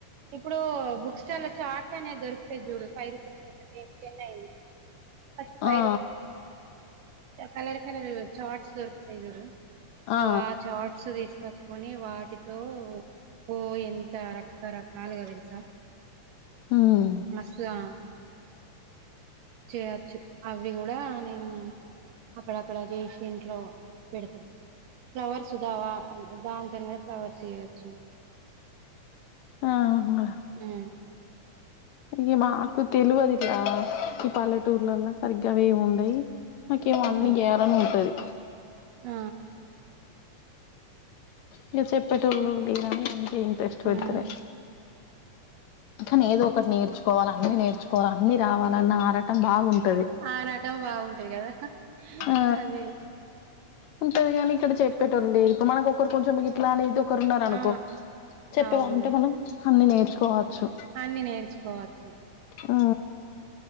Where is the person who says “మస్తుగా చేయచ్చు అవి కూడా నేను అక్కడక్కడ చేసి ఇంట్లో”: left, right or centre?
Right